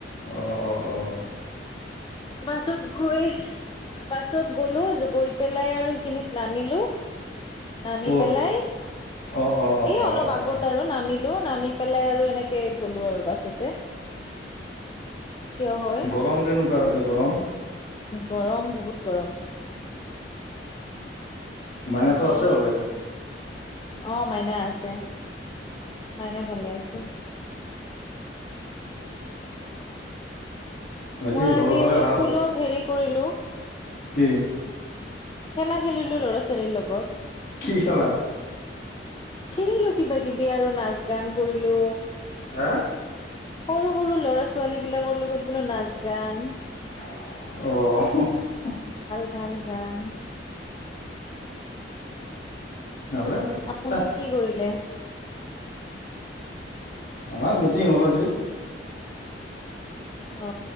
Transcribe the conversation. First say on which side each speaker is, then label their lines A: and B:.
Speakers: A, on the left; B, on the left.
A: অঁ অঁ অঁ
B: বাছত গৈ বাছত গ'লো গৈ পেলাই আৰু খিনিত নামিলো নামি
A: ক'ত
B: পেলাই
A: অ অ অ
B: এই
A: অ
B: অলপ
A: অ
B: আগত
A: অ অ
B: আৰু নামিলো নামি পেলাই আৰু এনেকে গ'লো আৰু বাছতে। থিয় হৈ
A: গৰম কেনেকুৱা তাত? আ ', গৰম
B: গৰম বহুত গৰম।
A: মাইনাটো
B: আজি
A: আছে ভালে?
B: অ মাইনা আছে, মাইনা ভালে আছে।
A: বাকী
B: মই আজি
A: ঘৰৰ ফালে
B: আৰু
A: ভাল
B: স্কুলত হেৰি কৰিলোঁ
A: কি?
B: খেলা খেলিলো ল'ৰা ছোৱালীৰ লগত।
A: কি খেলা?
B: খেলিলো কিবা কিবি আৰু নাচ গান কৰিলো।
A: হা',
B: সৰু- সৰু ল'ৰা ছোৱালী বিলাকৰ লগত বোলো নাচ গান
A: অ', হ ', হো ',
B: ভালগান।
A: নহাললে
B: আপুনি
A: ত
B: কি কৰিলে?
A: আমাৰ মিটিং হ'ল আজি।
B: অ